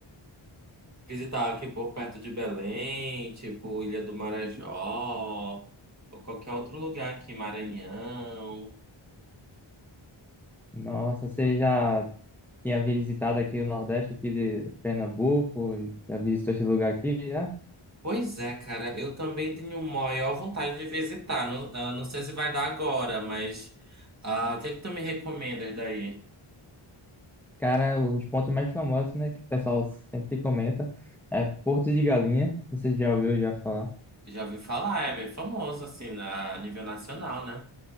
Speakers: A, on the right; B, in the centre.
A: Visitar aqui por perto de Belém, tipo Ilha do Marajó, ou qualquer outro lugar aqui, Maranhão.
B: Nossa, você já tinha visitado aqui o Nordeste, aqui de Pernambuco? Já visitou esse lugar aqui, já?
A: Pois é, cara, eu também tenho maior vontade de visitar. Não, ah, não sei se vai dar agora, mas ah, o que é que tu me recomendas daí?
B: Cara, os pontos mais famosos, né, que o pessoal sempre comenta, é Porto de Galinha, você já ouviu já falar?
A: Já ouvi falar, é bem famoso, assim, na, a nível nacional, né?